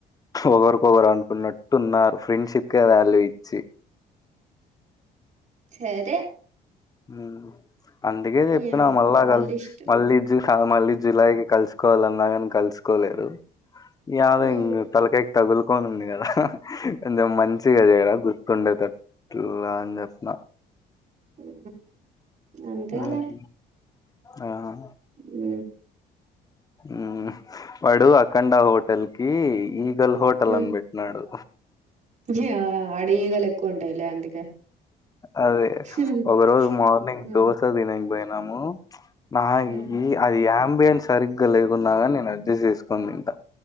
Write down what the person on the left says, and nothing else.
ఒకరికొకరు అనుకున్నట్టు ఉన్నారు ఫ్రెండ్షిప్కే వాల్యూ ఇచ్చి
ఊ అందుకే చెప్పినా
మళ్ళా
కలిసి
మళ్ళీ ఇది చూస్ కా మళ్ళీ జులై కి కలుసుకోవాల అన్నా గాని కలుసుకోలేరు యాద
ఇంగు తలకాకి తగులుకొని ఉంది కదా కొంచం మంచిగా చెయ్ రా గుర్తుండేటటు టులా అని చెప్పిన
ఉహు అహ
ఊ వాడు అఖండ హోటెల్కి ఈగల్ హోటెల్
అన్బెట్ కున్నాడు
అదే
ఒక రోజు మార్నింగ్
దోశ తిననికిపోయినాము నాకి
అది అంబియన్స్ సరిగ్గా లేకున్నాగాని నేను అడ్జస్ట్ చేసుకోని తింట